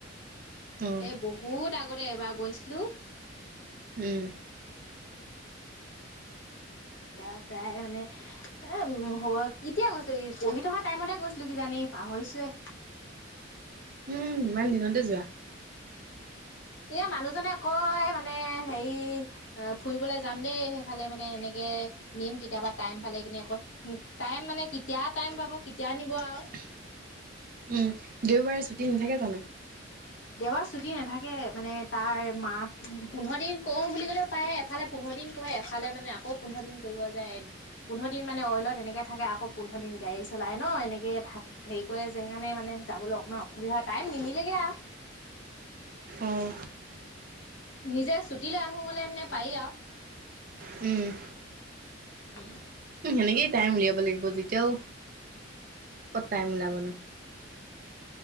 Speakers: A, on the right; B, on the left.
A: উম,
B: এ, বহুত আগতে এবাৰ গৈছিলোঁ।
A: উম।
B: এতিয়া প্ৰায়ে মানে এ, কেতিয়া গৈছিলোঁ, পঢ়ি থকা টাইমতে গৈছিলোঁ কিজানি, পাহৰিছোৱে।
A: উম, ইমান দিনত <inaudible>
B: এয়া, মানুহজনে কয় মানে হেৰি আহ, ফুৰিবলৈ যাম দেই, সেইফালে মানে এনেকে, নিম কেতিয়াবা টাইম পালে কিনে আকৌ। টাইম মানে, কেতিয়া টাইম পাব, কেতিয়া নিব আৰু।
A: উম, দেওবাৰে ছুটী নাথাকে জানোঁ?
B: দেওবাৰে ছুটি নাথাকে, মানে তাৰ মাত, পোন্ধৰ দিন কৰোঁ বুলি কলেও পাৰে, এফালে পোন্ধৰ দিন কৰে, এফালে মানে আকৌ পোন্ধৰ দিন কৰিব যায়। পোন্ধৰ দিন মানে অইলত এনেকে থাকে, আকৌ পোন্ধ দিন গাড়ী চলাই ন', এনেকে থাকে। হেৰি কৰে যে, সেইকাৰণে মানে যাবলৈ অকণমান অসুবিধা হয়, টাইম নিমিলেগে আৰু।
A: আহ।
B: নিজে ছুটি লৈ আহোঁ গ'লে মানে, পাৰি আৰু।
A: উম।
B: উম,
A: উম, সেনেকেই টাইম উলিয়াব লাগিব যেতিয়াও ক'ত টাইম উলাবনো।